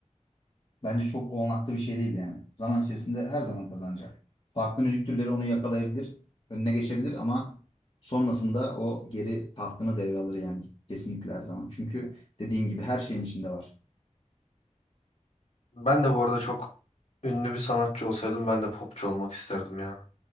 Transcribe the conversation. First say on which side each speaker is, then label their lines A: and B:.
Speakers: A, on the left; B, on the left.
A: Bence çok olanaklı bir şey değil yani. Zaman içerisinde her zaman kazanacak. Farklı müzik türleri onu yakalayabilir, önüne geçebilir ama sonrasında o geri tahtını devralır yani kesinlikle her zaman. Çünkü dediğim gibi her şeyin içinde var.
B: Ben de bu arada çok ünlü bir sanatçı olsaydım ben de popçu olmak isterdim ya.